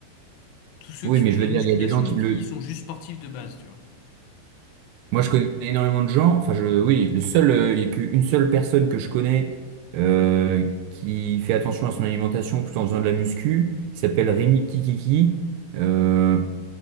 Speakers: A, on the left (about 85°); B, on the right (about 85°).
A: tous ceux
B: Oui,
A: qui font
B: mais je
A: de
B: veux
A: la
B: dire,
A: musculation
B: il y a des gens qui
A: ou qui
B: le...
A: sont juste sportifs de base, tu vois.
B: Moi, je connais énormément de gens. Enfin, je... oui, le seul, euh, il y a qu'une seule personne que je connais euh, qui fait attention à son alimentation tout en faisant de la muscu. Il s'appelle Rémi Petit Kiki. Euh,